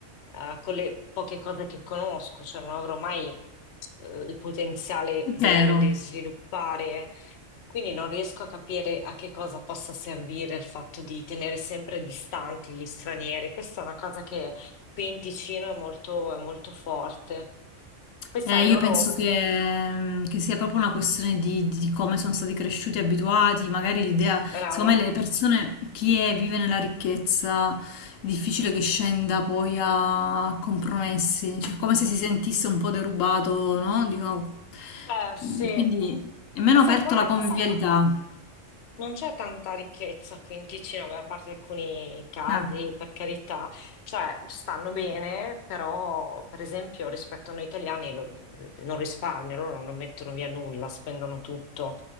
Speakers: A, on the left; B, on the left.
A: eh, con le poche cose che conosco, cioè non avrò mai eh, il potenziale
B: È
A: vero
B: vero.
A: di sviluppare. Quindi non riesco a capire a che cosa possa servire il fatto di tenere sempre distanti gli stranieri. Questa è una cosa che qui in Ticino è molto, è molto forte. Poi sai,
B: Eh, io
A: loro...
B: penso che, mm, che sia proprio una questione di, di come sono stati cresciuti, abituati, magari l'idea,
A: Brava.
B: secondo me le persone, chi è, vive nella ricchezza, è difficile che scenda poi a compromessi, cioè come se si sentisse un po' derubato, no? Dico,
A: Eh sì.
B: mm, quindi è meno
A: Ma sai,
B: aperto
A: qua
B: alla convivialità.
A: Non c'è tanta ricchezza qui in Ticino, beh, a parte alcuni casi,
B: Eh.
A: per carità, cioè stanno bene, però per esempio rispetto a noi italiani lo- non risparmiano, loro non mettono via nulla, spendono tutto,